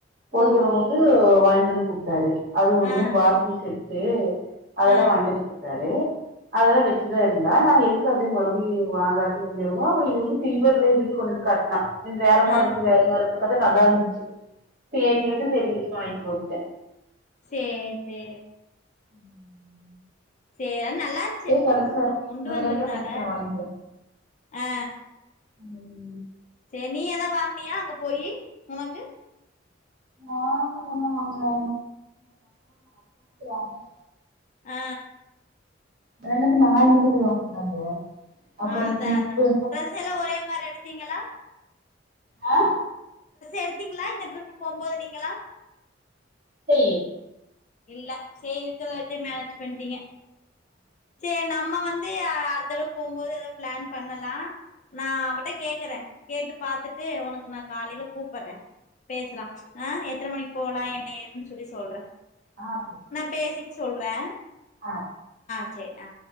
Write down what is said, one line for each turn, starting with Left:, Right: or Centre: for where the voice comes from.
Right: போயிட்
Left: ஓ
Right: வரமோது வாய்ன்ட் வந்து குட்த்தாரு அது ஒன்னு
Left: ஆ
Right: கி செட்டு அதல்லா
Left: ஆ
Right: வாய்ன்ட்டந் குத்தாரு அதல்லா வெச்சுதா இருந்தா நான எதுக்கு அதி மறுவ்டி வாங்காட்டி இருந்தெகமோ அப்பற இது வந்து சில்வர்லே இது கொண்டுந் காட்னா இது வேற மார்ருக்கு
Left: ஆ
Right: வேற மாருக் பத்தத நல்லார்ந்துச்சு சேரி விடு சேரி விடு வாங் கொடுத்தே
Left: சேர் சேர்
Right: உம்
Left: சே அ நல்லான்ச்சு
Right: கெடச்சா
Left: அவ் கொண்டு
Right: வேற
Left: வந்துர்ந்தால
Right: எங்கயோ கெடச்சா வாங்கிக்கிறே
Left: அ
Right: ம்
Left: சேர் நீ எதா வாங்னியா அங்க போயி உனக்கு
Right: நா அங்க ஒன்னு வாங்ல அங்க <inaudible>
Left: ஆ
Right: <unintelligible> வாங்க போ அப்புறம்
Left: ஆ அதா
Right: கிப்பு
Left: அதா ட்ரெஸ் எல்லா ஒரே மாரி எடுத்தீங்களா
Right: ஹ
Left: எடுத்தீங்களா இந்த டிரிப் போம்போது நீங்களா
Right: சே
Left: இல்ல இருக்கறத வச்ச மேனேஜ் பண்ணிட்டீங்க சரி நம்ம வந்து அடுத்தவ போகும்போது ஏதோ பிளான் பண்ணலா நான் அவர்ட கேக்குறே கேட்டு பாத்துட்டு உனக்கு நான் காலையில கூப்பிடறே பேசலா ஆ எத்தனை மணிக்கு போலா என்ன ஏதுன்னு சொல்லி சொல்றே
Right: ஆ சரி
Left: நா பேசிட்டு சொல்றே
Right: ஆ
Left: சரி அ